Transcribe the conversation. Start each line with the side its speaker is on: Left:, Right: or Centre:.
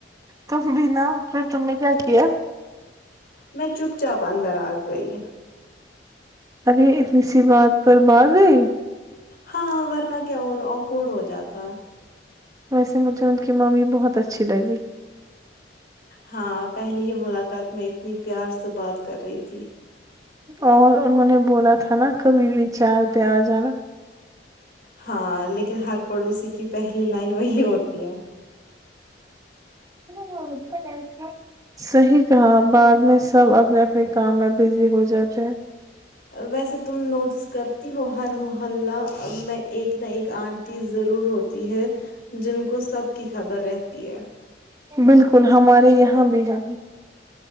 Right: تم بھی نا پھر تم نے کیا کیا
Left: میں چپ چاپ اندر آ گئی
Right: ابھی اتنی سی بات پر بھاگ گئی
Left: ہاں ورنہ کیا اور آکوڈ ہو جاتا
Right: ویسے مجھے ان کی ممی بہت اچھی لگی
Left: ہاں پہلی ہی ملاقات میں اتنی پیار سے بات کر رہی تھی
Right: اور انہوں نے بولا تھا نا کبھی بھی چائے پہ آ جانا
Left: ہاں لیکن ہر پڑوسی کی پہلی لائن وہی ہوتی ہے
Right: ہو کیا <unintelligible> صحیح کہا بعد میں سب اپنے اپنے کام میں بزی ہو جاتے ہیں
Left: ویسے تم نوٹس کرتی ہو ہر محلہ میں ایک نہ ایک آنٹی ضرور ہوتی تی ہے جن کو سب کی خبر رہتی ہے
Right: بالکل ہمارے یہاں بھی ہے